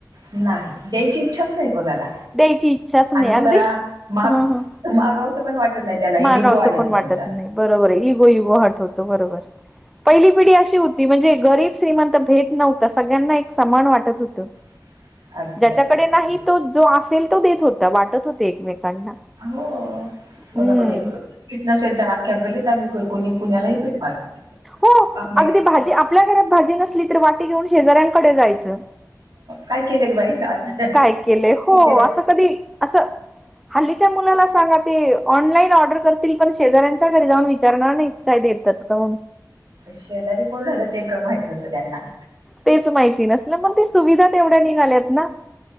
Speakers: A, on the right; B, in the centre.
A: नाही द्यायची इच्छाच नाही कोणाला
B: द्यायची इच्छाच नाही
A: आणि कोणाला
B: अगदी
A: माग
B: ह ह
A: मागाव असं पण वाटत नाही त्यांना
B: मागावसं
A: इगो आड येतो
B: पण वाटत
A: त्यांचा
B: नाही बरोबर आहे इगो इगो हर्ट होतो बरोबर पहिली पिढी अशी होती म्हणजे गरीब श्रीमंत भेद नव्हता सगळ्यांना एक समान वाटत होतं
A: <inaudible>
B: ज्याच्याकडे
A: अगदी अगदी
B: नाही तो जो असेल तो देत होता वाटत होते एकमेकांना
A: हो कोणाकडे
B: हम्म
A: पीठ नसेल तर आख्ख्या गलीत आम्ही कोणी कुण्यालाही फेटवाला
B: हो
A: लाग
B: अगदी भाजी आपल्या घरात भाजी नसली तर वाटी घेऊन शेजाऱ्यांकडे जायचं
A: काय केले बाई आज
B: काय केलं हो
A: देवा
B: असं कधी असं हल्लीच्या मुलाला सांगा ते ऑनलाईन ऑर्डर करतील पण शेजऱ त्याच्या घरी जाऊन विचारणार नाही काय देतात का
A: शेजारी कोण रात ते का माहित नसतं त्यांना
B: तेच माहिती नसल मग ती सुविधा तेवढ्या निघाल्यात ना